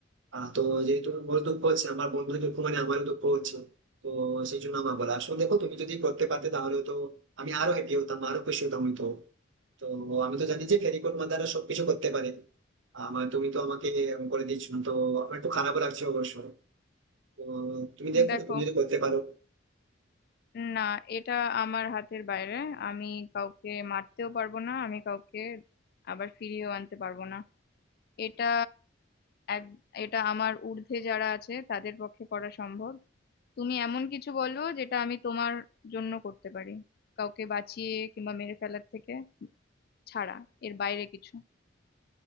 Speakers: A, on the right; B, on the left.
A: আহ, তো যেহেতু ওর দুঃখ হচ্ছে আমার বন্ধুর দুঃখ মানে আমারও দুঃখ হচ্ছে তো সেই জন্য আমার বলা আসলে দেখো তুমি যদি করতে পারতে তাহলে তো আমি আরো হ্যাপি হতাম আরো খুশি হতাম হয়তো তো আমি তো জানি যে ফেরিকট মাদাররা সবকিছু করতে পারে আমার তুমি তো আমাকে এরকম করে দিচ্ছ তো আমার একটু খারাপও লাগছে অবশ্য তো তুমি দেখো
B: দেখো
A: তুমি যদি করতে পারো
B: না এটা আমার হাতের বাইরে আমি কাউকে মারতেও পারবো না আমি কাউকে আবার ফিরিয়েও আনতে পারবো না এটা এক এটা আমার ঊর্ধ্বে যারা আছে তাদের পক্ষে করা সম্ভব তুমি এমন কিছু বলো যেটা আমি তোমার জন্য করতে পারি কাউকে বাঁচিয়ে কিংবা মেরে ফেলার থেকে ছাড়া এর বাইরে কিছু